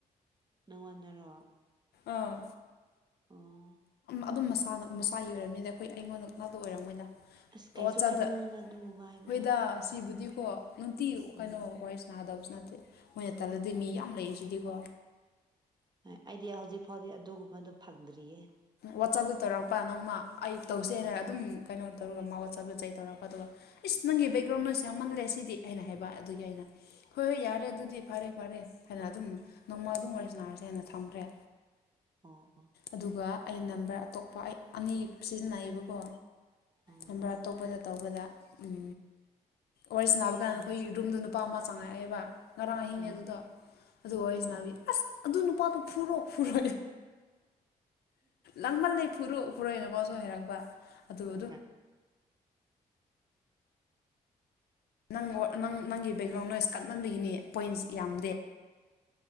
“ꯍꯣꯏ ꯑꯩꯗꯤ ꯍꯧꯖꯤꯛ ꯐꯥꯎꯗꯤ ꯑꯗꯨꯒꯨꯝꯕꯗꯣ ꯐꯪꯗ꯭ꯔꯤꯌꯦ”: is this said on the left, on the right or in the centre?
Right